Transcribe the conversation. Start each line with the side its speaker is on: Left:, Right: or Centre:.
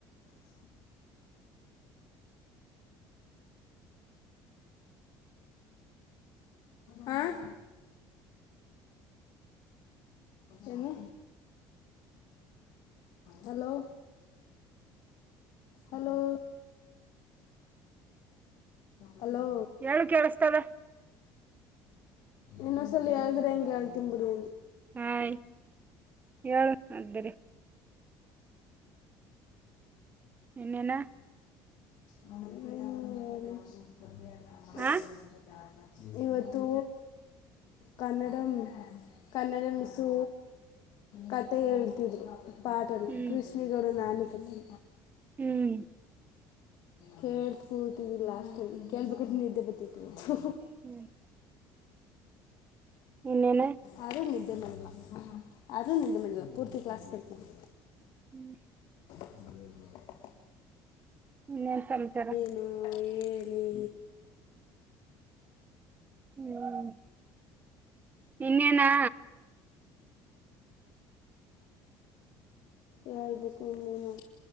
Left: <unintelligible> <unintelligible> ಹಾಂ ಏನು ಹಲೋ ಹಲೋ ಹಲೋ
Right: ಹೇಳು ಕೇಳಿಸ್ತದ.
Left: ಇನ್ನೊಸಲಿ ಹೇಳಳ್ದ್ರೆ ಹೆಂಗೆ ಹೇಳ್ತೀನ್ ಬಿಡಿ
Right: ಹಯ್ ಹೇಳು ಅದ್ರಿ ಇನ್ನೇನ
Left: ಹ್ಮ <unintelligible> ಹೂ <unintelligible>
Right: ಹಾ
Left: ಇವತ್ತೂ ಕನ್ನಡನು. ಕನ್ನಡ ಮಿಸ್ಸೂ ಕಥೆ ಹೇಳ್ತಿದ್ರು. ಪಾಠನ್ನ
Right: ಹ್ಮ್
Left: ಕೃಷ್ಣಗೌಡನ ನಾಣಿಕಟ್ಟಿ
Right: ಹ್ಮ್.
Left: ಕೇಳ್ತ ಕೂತಿದವಿ ಲಾಸ್ಟಲ್ಲಿ ಕೇಳ್ಬೇಕಾದ್ರೆ ನಿದ್ದೆ ಬರ್ತತಿವಿತ್ತು.
Right: ಹ್ಮ್. ಇನ್ನೇನ
Left: ಆದ್ರು ನಿದ್ದೆ ಮಾಡಲ್ಲ. ಆದರೂ ನಿದ್ದೆ ಮಾಡಲ್ಲ ಪೂರ್ತಿ ಕ್ಲಾಸ್ ಕೇಳ್ತೀನಿ.
Right: ಹ್ಮ್.
Left: <unintelligible>
Right: ಇನ್ನೇನ್ ಸಮಚಾರ
Left: ನೀವು ಹೇಲಿ.
Right: ಹ್ಮ್ ಇನ್ನೇನಾ
Left: ಹೇಳ್ಬೇಕು ಇನ್ನೇನು